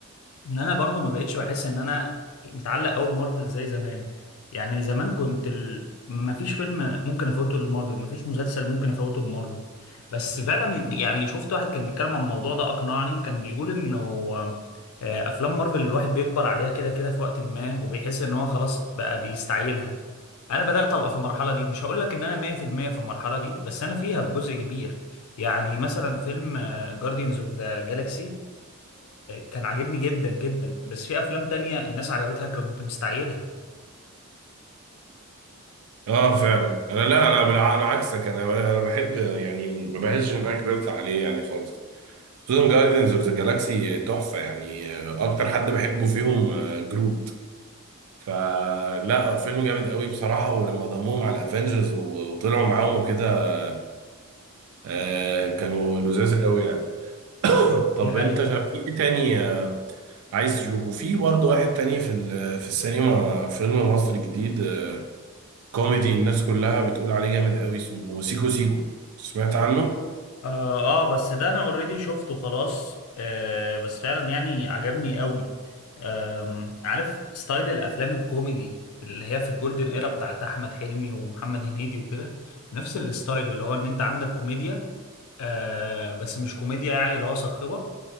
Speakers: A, on the left; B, on the right.
A: ان انا برضو ما بقتش بحس ان انا متعلق قوي بمارفل زي زمان يعني زمان كنت ال... ما فيش فيلم ممكن افوته لمارفل ما فيش مسلسل ممكن افوته لمارفل بس فعلا يعني شفت واحد كان بيتكلم عن الموضوع ده اقنعني كان بيقول انه آه، افلام مارفل الواحد بيكبر عليها كده كده في وقت ما وبيحس ان هو خلاص بقى بيستعيلها انا بدات ابقى في المرحله دي مش هقول لك ان انا 100% في المية في المرحله دي بس انا فيها بجزء كبير يعني مثلا فيلم جاردينز اوف ذا جالاكسي كان عاجبني جدا جدا بس في افلام تانية الناس عجبتها كنت مستعجلها
B: اه فعلا انا لا انا بالع... انا عكسك انا انا بحب يعني ما بحسش ان انا كبرت عليه يعني خالص سوزان جايدنز اوف ذا جالاكسي تحفة يعني آه، أكتر حد بحبه فيهم آه، جروت فلا فيلم جامد قوي بصراحة ولما ضموهم على الأفينجرز وطلعوا معاهم وكده آه، كانوا لذاذ قوي يعني طب
A: دي حقيقة
B: أنت شا- في إيه تاني آه، عايز تشوفه في برضه واحد تاني في ال- في السينما فيلم مصري جديد آه، كوميدي الناس كلها بتقول عليه جامد قوي اسمه سيكو سيكو سمعت عنه؟
A: آه, اه بس ده انا اوريدي شفته خلاص آه بس فعلا يعني عجبني قوي آم عارف ستايل الافلام الكوميدي اللي هي في الجولدن ايرا بتاعت احمد حلمي ومحمد هنيدي وكده نفس الستايل اللي هو ان انت عندك كوميديا آه بس مش كوميديا يعني اللي هو صاخبه